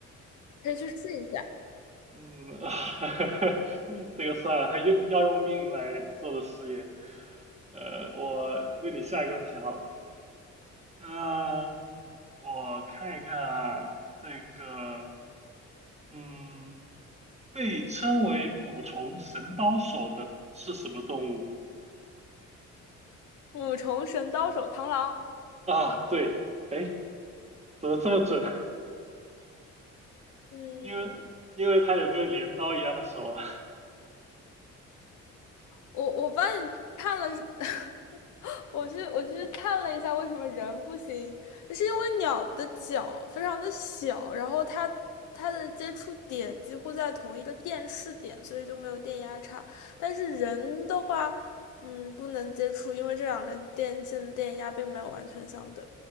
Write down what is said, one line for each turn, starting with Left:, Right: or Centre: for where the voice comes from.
Left: 可以去试一下。
Right: 嗯，<laughs> 这个算了，还用要用命来做的事业。呃，我问你下一个问题好了。啊、我看一看啊，这个，嗯，被称为捕虫神刀手的是什么动物
Left: 五重神刀手螳螂，
Right: 啊？对，哎，怎么这么准？<laughs>
Left: 嗯。
Right: 因为因为它有个镰刀一样的手啊。<laughs>
Left: 我我帮你看了，<laughs> 我去我去看了一下为什么人不行，是因为鸟的脚非常的小，然后它它的接触点几乎在同一个电势点，所以就没有电压差。但是人的话，嗯，不能接触，因为这两个电线的电压并没有完全相等，